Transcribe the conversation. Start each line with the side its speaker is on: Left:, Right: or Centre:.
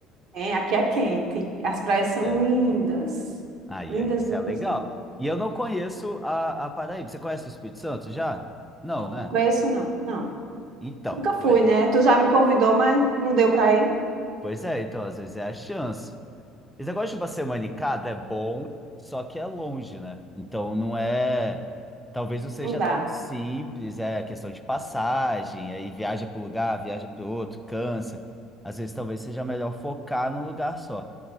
Right: É, aqui é quente. As praias são
Centre: É.
Right: lindas.
Centre: Aí,
Right: Lindas,
Centre: aí, isso
Right: lindas,
Centre: é legal.
Right: lindas.
Centre: E eu não conheço a, a Paraíba. Você conhece o Espírito Santo já? Não,
Right: Não,
Centre: né?
Right: conheço não. Não.
Centre: Então,
Right: Nunca
Centre: então
Right: fui,
Centre: a gente-
Right: né? Tu já me convidou, mas não deu pra ir?
Centre: pois é, então às vezes é a chance. Esse negócio de uma semana em cada é bom, só que é longe, né? Então não é. Talvez não seja
Right: Não dá.
Centre: tão simples, é questão de passagem, aí viaja para um lugar, viaja para outro, cansa. Às vezes talvez seja melhor focar num lugar só.